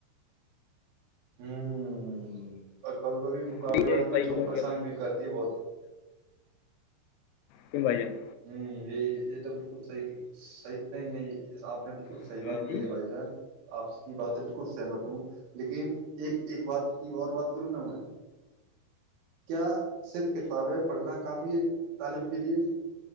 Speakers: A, on the right; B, on the left.
A: ہوںچ کبھی کبھی مقابلے
B: ٹھیک
A: بازی
B: ہے کئی
A: بچوں
B: لوگوں
A: کو پریشانی
B: کے
A: بھی کرتی ہے بہت
B: کی بھائیے <unintelligible>
A: ہ یہ یہ تو بالکل صحیح صحیح نہیں نہیں آپ نے بالکل بالچ
B: ہاں
A: صحی بات کہیے
B: جی
A: بھائی جان آپ بات تو بالکل سہمت ہوں لیکن ایک ایک بات کی اور بات وں ن میں کیا صرف کتابیں پڑھنا کافی ہے طالب کے لیے